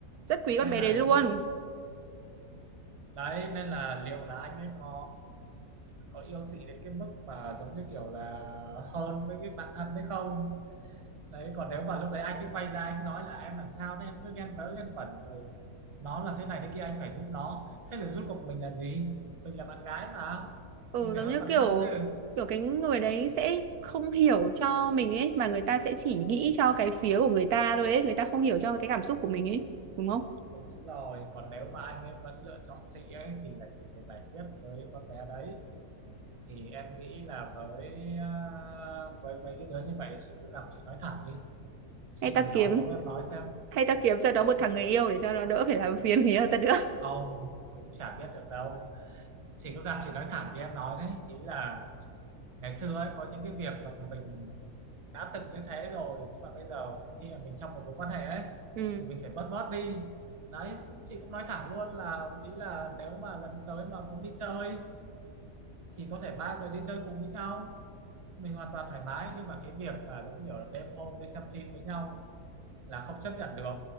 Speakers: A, on the right (about 75°); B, on the right (about 25°).
A: rất quý
B: nên
A: con bé
B: là
A: đấy luôn
B: đến lúc đấy nên là liệu là anh ấy có có yêu chị đến cái mức mà giống như kiểu là hơn với cái bạn thân hay không đấy còn nếu mà lúc đấy anh ấy quay ra anh nói là em làm sao đấy em cứ ghen vớ ghen vẩn rồi nó là thế này thế kia anh phải giúp nó thế rồi rốt cuộc mình là gì mình là bạn gái mà
A: Ừ,
B: mình phải
A: giống
B: hơn
A: như
B: bạn
A: kiểu
B: thân chứ
A: kiểu cái người đấy sẽ không hiểu cho mình ấy mà người ta sẽ chỉ nghĩ cho cái phía của người ta thôi ấy người ta không hiểu cho cái cảm xúc của mình ấy đúng không
B: đúng rồi còn nếu mà anh ấy vẫn lựa chọn chị ấy thì là chị phải giải quyết với con bé đấy thì em nghĩ là với à, với mấy cái đứa như vậy chị cứ gặp chị nói thẳng đi chị
A: hay ta
B: thử nói
A: kiếm
B: giống em nói xem
A: hay ta kiếm cho nó
B: chị
A: một thằng người yêu để cho nó đỡ phải làm phiền người yêu ta nữa
B: không cũng chả biết được đâu chị cứ gặp chị nói thẳng thì em nói đấy ý là ngày xưa ấy có những cái việc mà mình đã từng như thế rồi nhưng mà bây giờ khi mà mình trong một mối quan hệ ấy
A: <laughs> ừ.
B: thì mình phải bớt bớt đi đấy chị cũng nói thẳng luôn là ý là nếu mà lần tới mà muốn đi chơi thì có thể ba người đi chơi cùng với nhau mình hoàn toàn thoải mái nhưng mà cái việc mà giống kiểu là đêm hôm đi xem phim với nhau là không chấp nhận được